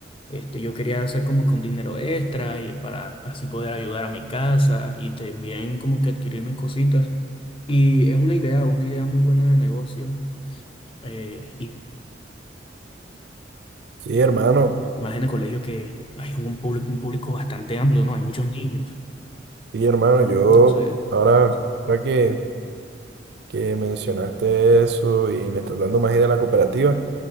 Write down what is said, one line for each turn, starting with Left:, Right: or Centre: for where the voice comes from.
Left: este, yo quería hacer como que un dinero extra y para así poder ayudar a mi casa y también como que adquirir mis cositas. Y es una idea, una idea muy buena de negocio. eh,
Right: Sí, hermano,
Left: más en el colegio que hay un público, un público bastante amplio, ¿no? Hay muchos niños.
Right: sí, hermano, yo
Left: Entonces,
Right: ahora,
Left: sí.
Right: ahora que que mencionaste eso y me estás dando más idea de la cooperativa,